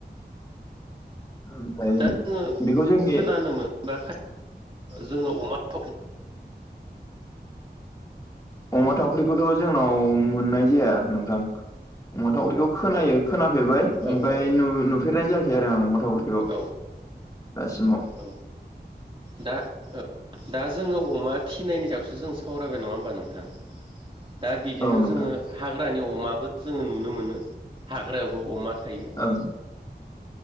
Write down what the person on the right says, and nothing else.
दा जोङो
खोनानो मोनबा जोङो अमा थावख्रि।
औ
औ औ
औ
औ दा। दा जोङो अमा फिनायनि सायावसो जों सावरायबाय नङा होमबा नोंथां। दा बिदिनो
जोङो हाग्रानि अमाबो जोङो नुनो मोनो हाग्रायावबो अमा थायो